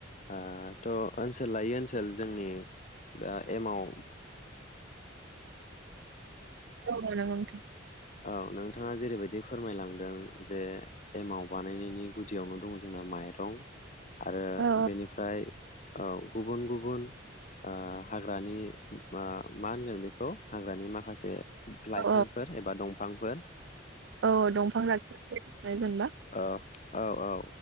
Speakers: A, on the left; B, on the right.
A: ओ थ' ओनसोल लायै ओनसोल जोंनि बा एमाव
B: औ नंगौ नोंथां
A: औ नोंथाङा जेरैबायदि फोरमायलांदों जे एमाव बानायनायनि गुदियावनो दङ जोंना माइरं आरो
B: औ
A: बेनिफ्राय औ गुबुन-गुबुन ओ हाग्रानि ओ मा होनगोन बेखौ हाग्रानि माखासे लाइफांफोर
B: औ
A: एबा दंफां फांफोर
B: औ दंफां राखेब होयो मोनबा
A: ओ औ औ